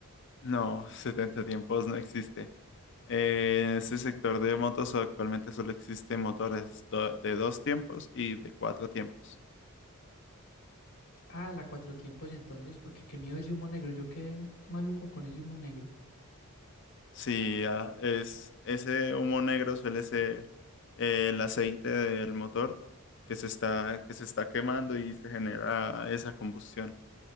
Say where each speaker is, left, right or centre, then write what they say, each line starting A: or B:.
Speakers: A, on the left; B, on the left.
A: No, <laughs> 70 tiempos no existe. Eh, en este sector de motos actualmente solo existen motores do- de dos tiempos y de cuatro tiempos.
B: Ah, la cuatro tiempos entonces, porque qué miedo ese humo negro. Yo quedé maluco con ese humo negro.
A: Sí, ah, es, ese humo negro suele ser eh, el aceite del motor que se está, que se está quemando y se genera esa combustión.